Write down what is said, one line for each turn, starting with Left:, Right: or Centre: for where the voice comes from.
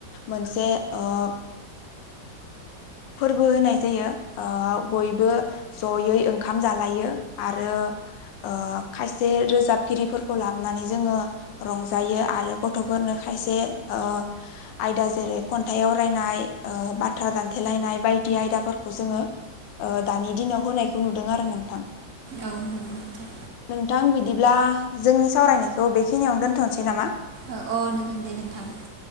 Left: मोनसे ओ‌ फोरबो होनाय जायो ओ बयबो जयै ओंखाम जालायो आरो ओ खायसे रोजाबगिरिफोरखौ लाबोनानै जोङो रंजायो आरो गथ'फोरनो खायसे ओ आयदा जेरै खन्थाइ आवरायनाय ओ बाथ्रा दान्थ हेलायनाय बायदि आयदाफोरखौ जोङो दानि दिनाव होनायखौ नुदों आरो नोंथां।
Right: औ नंगौ दे।
Left: नोंथां बिदिब्ला जोंनि सावरायनायखौ बेखिनियावनो दोनथ'नोसै नामा।
Right: औ नोंथां दे नोंथां।